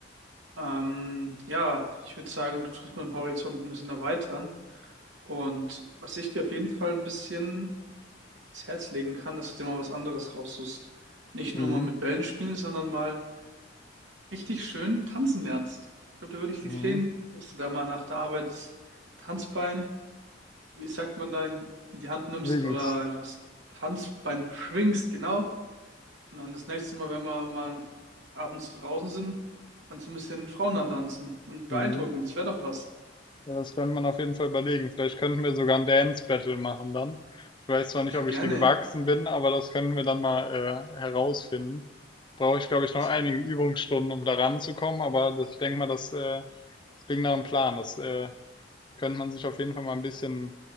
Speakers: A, on the right (about 85°); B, on the left (about 25°).
A: Ähm, ja, ich würde sagen, du tust meinen Horizont ein bisschen erweitern. Und was ich dir auf jeden Fall ein bisschen ins Herz legen kann, dass du dir mal was anderes raussuchst. Nicht
B: Mhm.
A: nur mal mit Bällen spielen, sondern mal richtig schön tanzen lernst. Ich glaube, da würde ich dich
B: Mhm.
A: sehen, dass du da mal nach der Arbeit das Tanzbein, wie sagt man da, in die Hand nimmst
B: Links.
A: oder einfach das Tanzbein schwingst, genau. Und dann das nächste Mal, wenn wir mal abends draußen sind, dann so ein bisschen Frauen antanzen und beeindrucken.
B: Mhm.
A: Das wäre doch was.
B: Ja, das könnte man auf jeden Fall überlegen. Vielleicht könnten wir sogar ein Dance-Battle machen dann. Ich weiß zwar
A: Ja,
B: nicht, ob
A: gerne.
B: ich dir gewachsen bin, aber das können wir dann mal äh, herausfinden. Brauche ich, glaube ich,
A: Das
B: noch einige
A: klingt
B: Übungsstunden, um da ranzukommen, aber das, ich denke mal, das, äh, das klingt nach einem Plan. Das äh, könnte man sich auf jeden Fall mal ein bisschen,